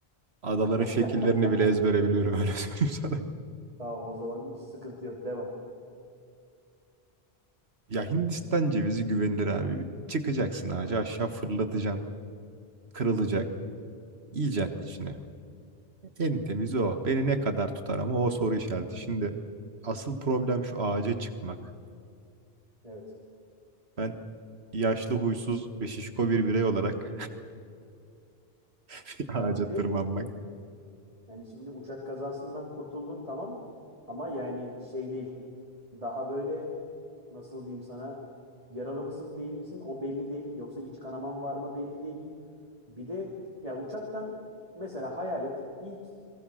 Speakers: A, on the right; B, on the right.
A: Adaların
B: <laughs>
A: şekillerini bile ezbere biliyorum öyle <laughs> söyleyeyim sana.
B: Tamam o zaman hiç sıkıntı yok. Devam.
A: Ya Hindistan cevizi güvenilir abi. Çıkacaksın ağaca aşağı fırlatacaksın. Kırılacak. Yiyeceksin içine. En temiz o. Beni ne kadar tutar ama o soru işareti. Şimdi asıl problem şu ağaca çıkmak.
B: Evet.
A: Ben yaşlı, huysuz ve şişko bir birey olarak <laughs> bir ağaca
B: Ya bir de
A: tırmanmak.
B: Yani şimdi uçak kazasından kurtuldun tamam ama yani şey değil. Daha böyle nasıl diyeyim sana yaralı mısın değil misin o belli değil. Yoksa iç kanaman var mı belli değil. Bir de ya uçaktan mesela hayal et ilk